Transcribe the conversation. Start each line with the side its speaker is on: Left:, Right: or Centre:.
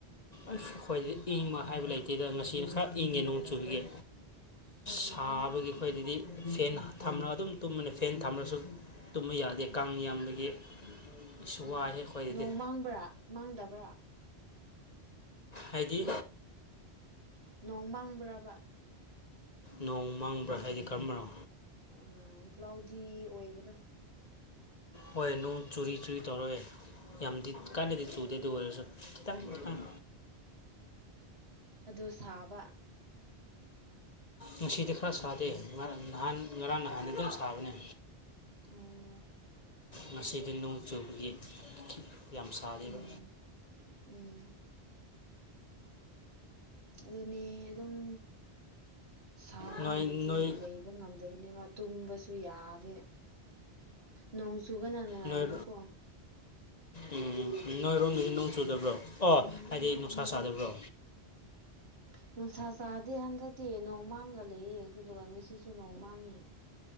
Left: ꯑꯁ ꯑꯩ꯭ꯋꯏꯗ ꯏꯪꯕ ꯍꯥꯏꯕ ꯂꯩꯇꯦꯗ ꯉꯁꯤꯅ ꯈꯔ ꯏꯪꯉꯦ ꯅꯣꯡ ꯆꯨꯕꯤꯒꯦ ꯁꯥꯕꯒꯤ ꯑꯩꯈꯣꯏꯗꯗꯤ ꯐꯦꯟ ꯊꯝꯂꯒ ꯑꯗꯨꯝ ꯇꯨꯝꯕꯅꯦ ꯐꯦꯟ ꯊꯥꯃꯁꯨ ꯇꯨꯝꯕ ꯌꯥꯗꯦ ꯀꯥꯡ ꯌꯥꯝꯕꯒꯤ ꯑꯁ
Right: ꯎꯝ
Left: ꯋꯥꯏꯍꯦ ꯑꯩꯈꯣꯏꯗꯗꯤ
Right: ꯅꯣꯡ ꯃꯥꯡꯕ꯭ꯔꯥ ꯃꯥꯡꯗꯕ꯭ꯔꯥ
Left: ꯍꯥꯏꯗꯤ
Right: ꯅꯣꯡ ꯃꯥꯡꯕ꯭ꯔꯕ
Left: ꯅꯣꯡ ꯃꯥꯡꯕ꯭ꯔꯥ ꯍꯥꯏꯗꯤ ꯀꯔꯝꯕꯅꯣ
Right: ꯑ ꯀ꯭ꯂꯥꯎꯗꯤ ꯑꯣꯏꯕꯗ
Left: ꯍꯣꯏ ꯅꯨꯡ ꯆꯨꯔꯤ ꯆꯨꯔꯤ ꯇꯧꯔꯦ ꯌꯥꯝꯗꯤ ꯀꯥꯟꯅꯗꯤ ꯆꯨꯗꯦ ꯑꯗꯨ ꯑꯣꯏꯔꯁꯨ ꯈꯤꯇꯪ ꯈꯤꯇꯪ
Right: ꯑꯗꯨ ꯁꯥꯕ
Left: ꯉꯁꯤꯗꯤ ꯈꯔ ꯁꯥꯗꯦ ꯅꯍꯥꯟ ꯉꯔꯥꯡ ꯅꯍꯥꯟꯗꯤ ꯑꯗꯨꯝ ꯁꯥꯕꯅꯦ
Right: ꯎꯝ
Left: ꯉꯁꯤꯗꯤ ꯅꯣꯡ ꯆꯨꯕꯒꯤ ꯌꯥꯝ ꯁꯥꯔꯤꯕ
Right: ꯎꯝ ꯎꯝ ꯑꯗꯨꯅꯦ ꯑꯗꯨꯝ ꯁꯥꯕ
Left: ꯅꯣꯏ
Right: ꯅꯨꯃꯤꯠꯇꯤ
Left: ꯅꯣꯏ
Right: ꯂꯩꯕ ꯉꯝꯗꯕꯅꯦꯕ ꯇꯨꯝꯕꯁꯨ ꯌꯥꯗꯦ ꯅꯣꯡ ꯆꯨꯕꯅ ꯅꯨꯡꯉꯥꯏꯌꯦꯕꯀꯣ
Left: ꯅꯣꯏ ꯎꯝ ꯅꯣꯏꯔꯣꯝꯗꯗꯤ ꯅꯣꯡ ꯆꯨꯗꯕ꯭ꯔꯣ ꯑꯣ ꯍꯥꯏꯗꯤ ꯅꯨꯡꯁꯥ ꯆꯥꯗꯕ꯭ꯔꯣ
Right: ꯅꯨꯡꯁꯥ ꯆꯥꯗꯦ ꯍꯟꯗꯛꯇꯤ ꯅꯣꯡꯃꯥꯡꯒ ꯂꯩꯌꯦ ꯑꯗꯨꯗꯨꯒ ꯉꯁꯤꯁꯨ ꯅꯣꯡ ꯃꯥꯡꯉꯤ